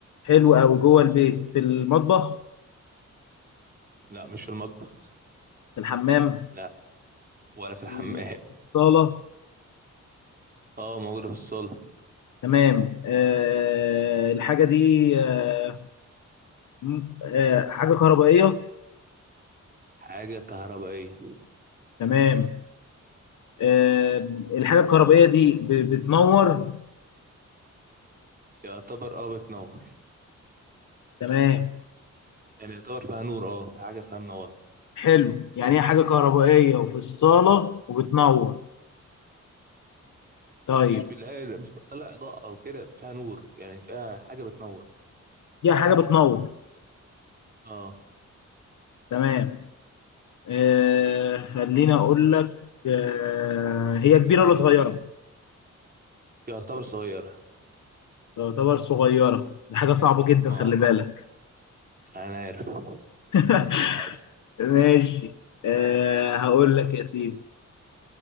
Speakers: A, on the left; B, on the right.
A: حلو قوي جوه البيت في المطبخ
B: لا مش في المطبخ
A: في الحمام
B: لا ولا في
A: في
B: الحمام
A: الصاله
B: اه موجودة في الصالة
A: تمام أه الحاجه دي أه م- آه، حاجه كهربائيه
B: حاجة كهربائية
A: تمام أه الحاجه الكهربائيه دي ب- بتنور
B: يعتبر اه بتنور
A: تمام
B: يعني يعتبر فيها نور اه في حاجة فيها منورة
A: حلو يعني هي حاجة كهربائية وفي الصالة وبتنور طيب
B: مش بالله لا، مش بتطلع إضاءة أو كده فيها نور يعني فيها حاجة بتنور
A: دي حاجة بتنور
B: اه
A: تمام آه خليني أقول لك آه هي
B: مم.
A: كبيرة ولا صغيرة؟
B: يعتبر صغيرة
A: تعتبر صغيرة دي حاجة صعبة جدا
B: اه
A: خلي بالك
B: أنا عارف
A: <laughs>
B: أنا عارف
A: ماشي آه هقول لك يا سيدي